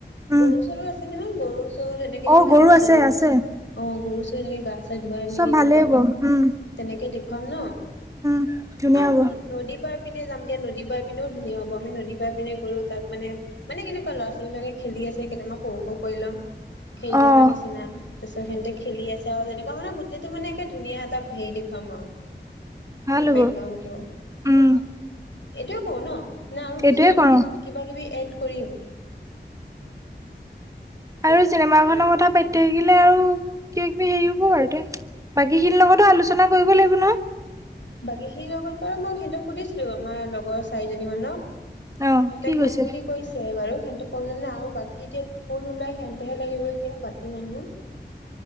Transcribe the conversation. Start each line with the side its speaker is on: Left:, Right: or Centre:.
Right: উম,
Left: গৰু চৰু আছে নহয় গৰু। এনেকে
Right: অ',
Left: গা
Right: গৰু আছে
Left: চা ধুৱাই
Right: আছে
Left: অ গৰু চো এনেকে গা চা ধুৱাই মেলি
Right: চব
Left: <unintelligible> এনেকুৱা।
Right: ভালেই হ'ব উম,
Left: তেনেকে দেখুৱাম ন,
Right: উম, ধুনীয়া
Left: আৰু।
Right: হ'ব
Left: নদী পাই পিনে যাম দিয়া, নদী পাই পিনেও ধুনীয়া হ'ব আমি নদী পাই পিনে গলোঁ তাত মানে মানে কেনেকুৱা ল'ৰা ছোৱালী বিলাকে খেলি আছে কেইটামান সৰু সৰু পোৱালী ল'ম। খেলি
Right: অ',
Left: থাকাৰ নিচিনা। তাৰিছত সিহতে খেলি আছে আৰু তেনেকুৱা মানে গোটেইটো মানে একে ধুনীয়া এটা হেৰি দেখুৱাম আৰু।
Right: ভাল
Left: বেকগ্ৰাউণ্ডটো
Right: হ'ব উম।
Left: এইটোৱে কৰো ন, না আৰু
Right: সেইটোয়ে
Left: কিছুমান
Right: কৰো
Left: কিবা কিবি এড কৰিম।
Right: আৰু চিনেমা খনৰ কথা পাতি থাকিলে আৰু কিবা কিবি হেৰি হব আৰু দে। বাকীখিনিৰ লগতো আলোচনা কৰিব লাগিব নহয়।
Left: বাকী সেই লগত বাৰু মই সিহঁতক সুধিছিলো আমাৰ লগৰ চাৰিজনী মানুক।
Right: অ',
Left: সিহঁতে
Right: কি কৈছে
Left: কৰিম বুলি কৈছে। বাৰু সেহঁতে প্ৰব্লেম নাই আৰু বাকী এতিয়া কোন ওলায় সেইতোহে লাগিব এতিয়া বাকী মানুহ।